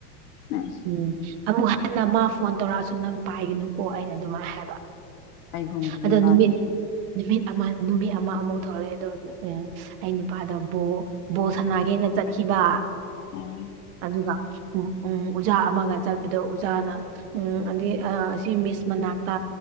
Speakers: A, on the left; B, on the right.
A: ꯅꯥꯏꯁ
B: ꯎꯝ ꯑꯃꯨꯛꯅ ꯍꯟꯅ ꯃꯥ ꯐꯣꯟ ꯇꯧꯔꯛꯑꯁꯨ ꯅꯪ ꯄꯥꯏꯒꯅꯨꯀꯣ ꯑꯩꯅ ꯑꯗꯨꯃꯥꯏ ꯍꯥꯏꯕ
A: ꯀꯩꯒꯨꯝꯒꯤꯅꯤ
B: ꯑꯗꯣ
A: ꯃꯥꯗꯤ
B: ꯅꯨꯃꯤꯠ ꯅꯨꯃꯤꯠ ꯑꯃ ꯅꯨꯃꯤꯠ ꯑꯃ ꯑꯃꯨꯛ ꯊꯣꯛꯂꯛꯑꯦ ꯑꯗꯣ ꯑꯩ ꯅꯨꯄꯥꯗ ꯕꯣ ꯕꯣꯜ ꯁꯥꯟꯅꯥꯒꯦꯅ ꯆꯠꯈꯤꯕ
A: ꯎꯝ
B: ꯑꯗꯨꯒ ꯎ ꯎꯝ ꯑꯣꯖꯥ ꯑꯃꯒ ꯆꯠꯄꯗ ꯎꯖꯥꯅ ꯎꯝ ꯑꯗꯩ ꯑꯥ ꯑꯁꯤ ꯃꯤꯁ ꯃꯅꯥꯛꯇ